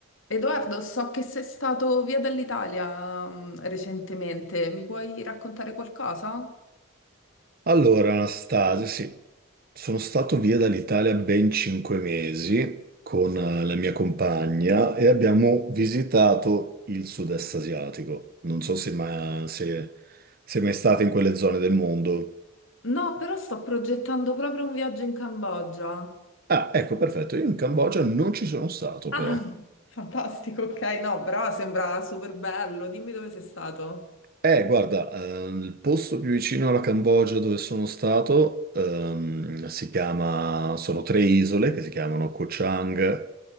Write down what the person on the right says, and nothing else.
Allora, Anastasia, sì, sono stato via dall'Italia ben cinque mesi con eh, la mia compagna e abbiamo visitato il sud-est asiatico. Non so se, ma, se sei mai stata in quelle zone del mondo.
Ah, ecco, perfetto, io in Cambogia non ci sono stato
però.
Eh, guarda, ehm, il posto più vicino alla Cambogia dove sono stato ehm, si chiama, sono tre isole che si chiamano Koh Chang.